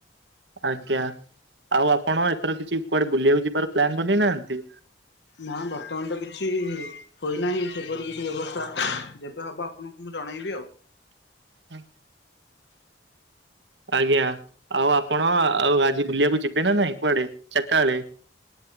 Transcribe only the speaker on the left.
ନା ବର୍ତ୍ତମାନ ତ କିଛି ହୋଇନାହିଁ ସେପରି କିଛି ବ୍ୟବସ୍ଥା ଯେବେ ହବ ଆପଣଙ୍କୁ ମୁଁ ଜଣେଇବି ଆଉ।